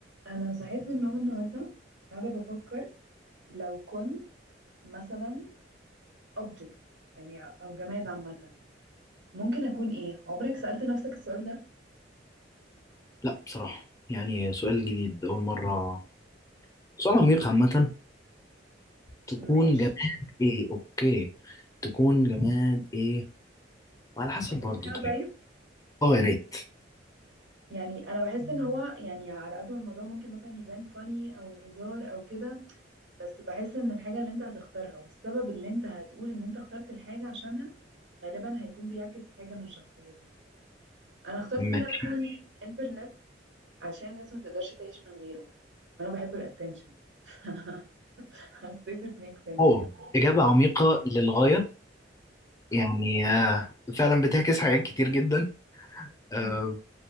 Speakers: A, on the right; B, on the left.
A: انا صحيت من النوم النهارده قاعده بفكر لو كنت مثلا object يعني او جماد عامه ممكن اكون ايه عمرك سألت نفسك السؤال ده
B: لا بصراحة يعني سؤال جديد أول مرة سؤال عميق عامة تكون
A: ماشي
B: جماد إيه أوكي تكون جماد إيه وعلى حسب
A: اقول
B: برضه
A: لك انا
B: طيب
A: طيب
B: أه يا ريت
A: يعني انا بحس ان هو يعني على قد ما الموضوع ممكن مثلا يبان فاني او هزار او كده بس بحس ان الحاجه اللي انت هتختارها والسبب اللي انت هتقول ان انت اخترت الحاجه عشانها غالبا هيكون بيعكس حاجه من شخصيتك انا اخترت
B: ماشي
A: ان انا اكون انترنت عشان الناس ما تقدرش تعيش من غيره وانا بحب الاتنشن <laughs> حسيت it makes sense
B: أه
A: يعني
B: إجابة عميقة للغاية يعني آه، فعلا بتعكس حاجات كتير جدا آه،
A: مم.